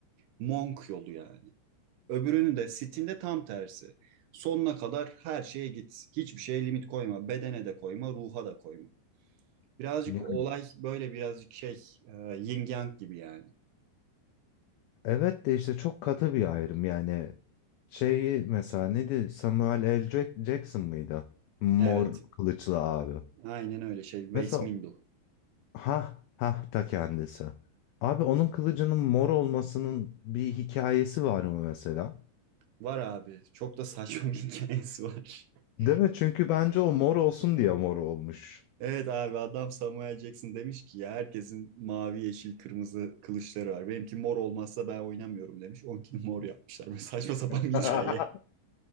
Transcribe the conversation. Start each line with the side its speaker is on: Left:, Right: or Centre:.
Right: monk yolu yani. Öbürünün de Steam'de tam tersi. Sonuna kadar her şeye git. Hiçbir şeye limit koyma. Bedene de koyma, ruha da koyma. Birazcık
Left: Yani
Right: olay böyle birazcık şey e, yin yang gibi yani.
Left: evet de işte çok katı bir ayrım yani. Şeyi mesela neydi? Samuel L. Jack- Jackson mıydı? Mor
Right: Evet.
Left: kılıçlı abi.
Right: Aynen öyle şey. Waste
Left: Mesela
Right: Window.
Left: ha ha ta kendisi. Abi onun kılıcının mor olmasının bir hikayesi var mı mesela?
Right: Var abi. Çok da saçma bir hikayesi var. <laughs>
Left: Değil mi? Çünkü bence o mor olsun diye mor olmuş.
Right: Evet abi adam Samuel Jackson demiş ki ya herkesin mavi, yeşil, kırmızı kılıçları var. Benimki mor olmazsa ben oynamıyorum demiş. Onkini mor yapmışlar. Böyle saçma sapan
Left: <laughs>
Right: bir hikaye.